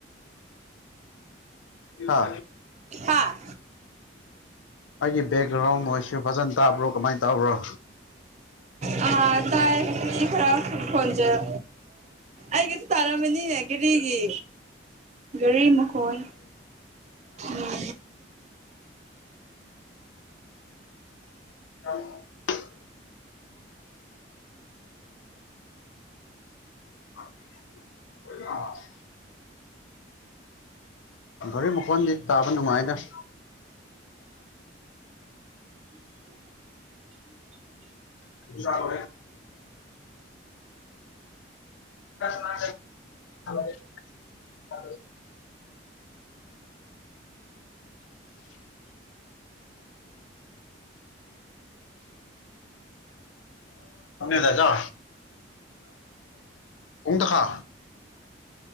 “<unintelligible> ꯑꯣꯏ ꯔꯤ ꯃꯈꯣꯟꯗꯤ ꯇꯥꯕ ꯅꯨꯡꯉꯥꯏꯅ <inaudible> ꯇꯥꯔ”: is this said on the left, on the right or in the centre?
Left